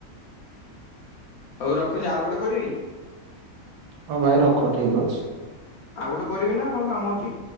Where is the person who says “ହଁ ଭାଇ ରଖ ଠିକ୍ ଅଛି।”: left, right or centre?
Right